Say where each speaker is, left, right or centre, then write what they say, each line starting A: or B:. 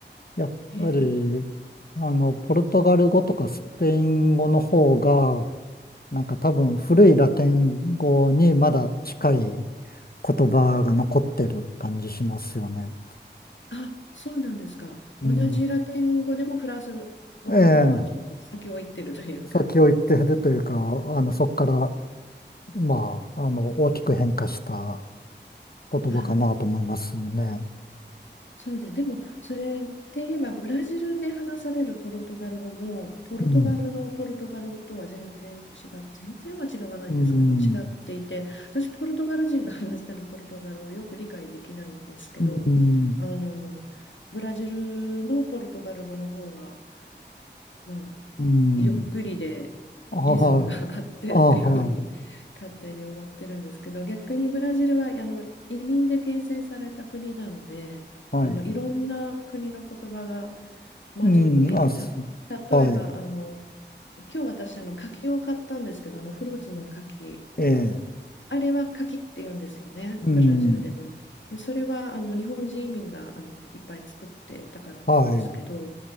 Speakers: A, on the left; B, on the left.
A: やっぱり、
B: ええ。
A: あの、ポルトガル語とかスペイン語の方が、なんか多分古いラテン語にまだ近い言葉が残ってる感じしますよね。
B: あ、そうなんですか。
A: うん。
B: 同じラテン語でもフランス語の方がちょっと先を行ってるというか。
A: ええ、先を行ってるというか、あの、そこから、まあ、あの、大きく変化した言葉かなと思いますね。
B: あそうです。でも、それって言えば、ブラジルで話されるポルトガル語も、ポルトガルのポルトガル語とは全然違う、
A: うん。
B: 全然は違わないんですけど、
A: うん。
B: 違っていて、私、ポルトガル人が話してるポルトガル語をよく理解できないんですけど、
A: うん。
B: あの、ブラジルのポルトガル語の方が、まあ、
A: うん。
B: ゆっくりでリズムが
A: あはい。
B: <laughs> あってっていうふうに勝手に思ってるんですけど逆にブラジルはあの移民で形成された国なのであのいろんな国の言葉が
A: あはい。はい。
B: 混じっていてた例えばあの
A: うん。あ、そう。はい。
B: 今日私あの柿を買ったんですけどあのフルーツの柿
A: ええ、
B: あれは柿って言うんですよねブラジルでも。
A: うん、
B: でそれはあの日本人移民があのいっぱい作ってたからなんですけど
A: はい。